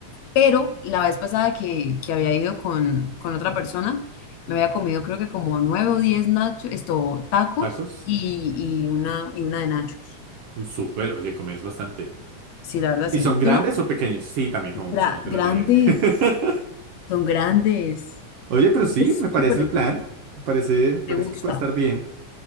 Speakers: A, on the left (about 75°); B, on the right (about 65°).
A: Pero la vez pasada que, que había ido con, con otra persona, me había comido creo que como nueve o diez nachos, esto, tacos
B: Tacos.
A: y, y una, y una de nachos.
B: Uh, súper. Oye, comes bastante.
A: Sí, la verdad,
B: ¿Y
A: sí.
B: son grandes
A: ¿Tú no?
B: o pequeños? Sí, también
A: Gra-
B: como mucho, no te
A: grandes,
B: lo negaré. <laughs>
A: son grandes.
B: Oye, pero sí,
A: Es
B: me parece
A: súper
B: el
A: rico.
B: plan. Me parece, me parece
A: Me gusta.
B: que puede estar bien.